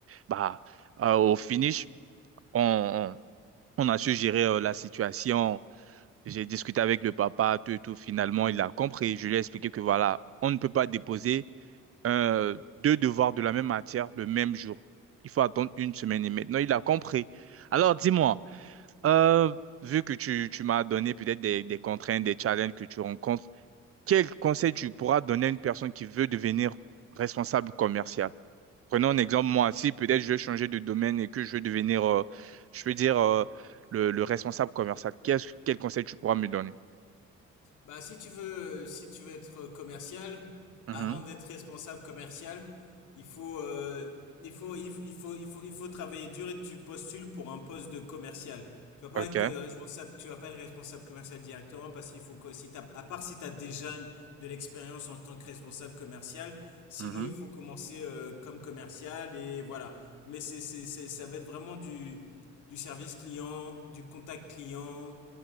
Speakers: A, on the right (about 50°); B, on the left (about 80°).
A: Bah, euh, au finish, on, on, on a su gérer euh, la situation. J'ai discuté avec le papa, tout et tout. Finalement, il a compris. Je lui ai expliqué que voilà, on ne peut pas déposer euh, deux devoirs de la même matière le même jour. Il faut attendre une semaine et maintenant il a compris. Alors dis-moi, euh, vu que tu, tu m'as donné peut-être des, des contraintes, des challenges que tu rencontres, quel conseil tu pourras donner à une personne qui veut devenir responsable commercial? Prenons un exemple, moi, si peut-être je veux changer de domaine et que je veux devenir, euh, je veux dire, euh, le, le responsable commercial, qu'est-ce, quel conseil tu pourras me donner?
B: Bah, si tu veux, euh, si tu veux être euh, commercial,
A: Mhm.
B: avant d'être responsable commercial, il faut, euh, il faut, il faut, il faut, il faut, il faut travailler dur et tu postules pour un poste de commercial. Tu vas pas
A: OK.
B: être que responsable, tu vas pas être responsable commercial directement parce qu'il faut que si t'as, à part si tu as déjà une- de l'expérience en tant que responsable commercial, sinon
A: Mhm.
B: il faut commencer euh, comme commercial et voilà. Mais c'est, c'est, c'est- ça va être vraiment du, du service client, du contact client